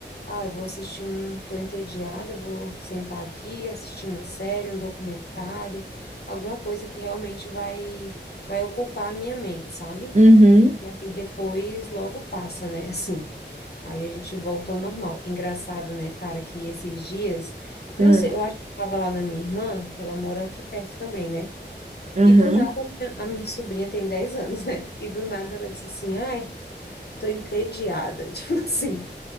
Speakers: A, on the left (about 60°); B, on the right (about 40°).
A: ah, eu vou assistir um, tô entediada, vou sentar aqui, assistir uma série, um documentário, alguma coisa que realmente vai vai ocupar a minha mente, sabe?
B: Uhum,
A: E aí depois logo passa, né? <laughs> Assim. Aí a gente volta ao normal. Engraçado, né, cara, que esses dias, eu
B: aham.
A: não sei, eu acho que estava lá na minha irmã, que ela mora aqui perto também, né?
B: aham.
A: E do nada, a minha, a minha sobrinha tem 10 anos, né? E do nada ela disse assim: Ai, tô entediada. <laughs> Tipo assim,